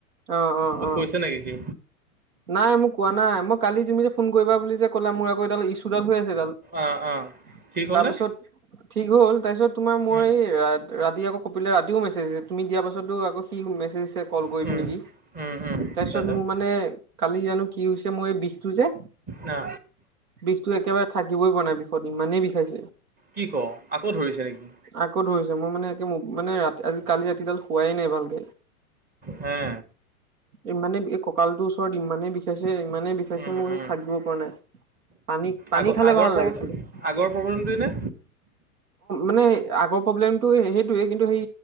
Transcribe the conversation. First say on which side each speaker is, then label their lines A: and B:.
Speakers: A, on the right (about 70°); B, on the right (about 20°).
A: অ', অ',
B: তোক
A: অ',
B: কৈছে নেকি সি
A: নাই মোক কোৱা নাই মই কালি তুমি যে ফোন কৰিব বুলি যে ক'লা, মোৰ আক এডাল ইছুডাল হৈ আছে।
B: অঁ অঁ
A: <unintelligible>
B: ঠিক হ'লনে
A: তাৰপিছত ঠিক হ'ল তাৰপিছত তোমাৰ মই
B: উম।
A: এই ৰাতি আকৌ কপিলে ৰাতিও মেছেজ আছে তুমি দিয়া পাছতো আকৌ সি মেছেজ দিছে কল কৰিবি
B: উম,
A: নেকি? <unintelligible> তাৰপিছত
B: উম, উম, তাৰপিছত
A: মোৰ মানে কালি জানো কি হৈছে মোৰ এই বিষটো যে।
B: না
A: বিষতো একেবাৰে থাকিবই পৰা নাই বিষত ইমানেই বিষাইছে।
B: কি ক' আকৌ ধৰিছে নেকি?
A: আকৌ ধৰিছে মই মানে একে মানে ৰাতি আজি কালি ৰাতিডাল শোৱাই নাই ভালকে।
B: হে?
A: ইমানে এই কঁকালটোৰ ওচৰত ইমানে বিষাইছে ইমানে বিষাইছে
B: উম,
A: মোৰ
B: উম,
A: থাকিব পৰা নাই। পানী-পানী
B: আগৰ
A: খালে
B: আগৰ
A: ভাল
B: প্ৰব্লেম
A: লাগে খালি। অ,
B: আগৰ প্ৰব্লেমটোৱে নে?
A: মানে আগৰ প্ৰব্লেমটো সেইটোয়ে কিন্তু সেই